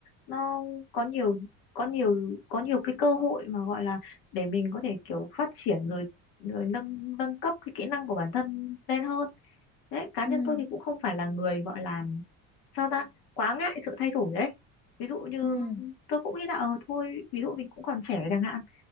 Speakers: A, on the left; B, on the left.
A: nó có nhiều có nhiều có nhiều cái cơ hội mà gọi là để mình có thể kiểu phát triển rồi rồi nâng nâng cấp cái kỹ năng của bản thân lên hơn đấy cá
B: ừ
A: nhân
B: ừ.
A: tôi thì cũng không phải là người gọi là sao ta quá ngại sự thay đổi đấy ví dụ như
B: ừ.
A: tôi cũng nghĩ là ờ thôi ví dụ mình cũng còn trẻ chẳng hạn